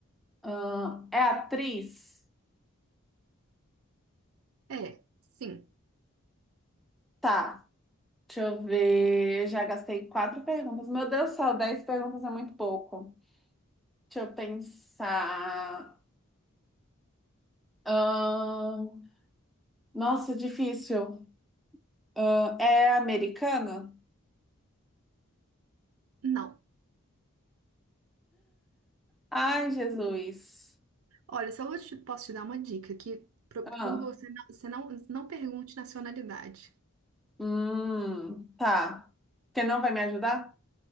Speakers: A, in the centre; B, on the right.
A: Ahn, é atriz?
B: É. Sim.
A: Tá. Deixa eu ver. Eu já gastei quatro perguntas. Meu Deus do céu, dez perguntas é muito pouco. Deixa eu pensar. Ahn, nossa, difícil. Ahn, é americana?
B: Não.
A: Ai, Jesus.
B: Olha, só eu te, posso te dar uma dica que pro-
A: Ah,
B: por você não, você não, não pergunte nacionalidade.
A: hum, tá. Você não vai me ajudar?